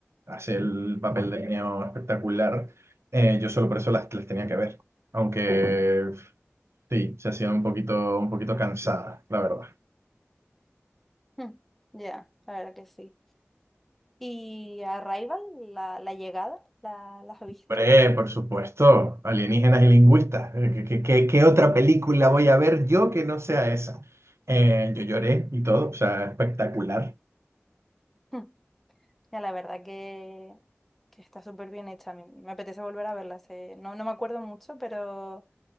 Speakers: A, on the right; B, in the centre.
A: hace el papel de niño espectacular, eh, yo solo por eso las, las tenía que ver, aunque sí, se hacían un poquito, un poquito cansadas, la verdad.
B: Hmm, Ya, la verdad que sí. ¿Y Arrival, la, la llegada, la, la has visto?
A: Hombre, por supuesto, alienígenas y lingüistas. Eh, ¿Qué, qué- qué- qué otra película voy a ver yo que no sea esa? Eh, yo lloré y todo, o sea, espectacular,
B: <laughs> Hmm. Ya la verdad que, que está súper bien hecha. a mí me apetece volver a verla. se- No, no me acuerdo mucho, pero,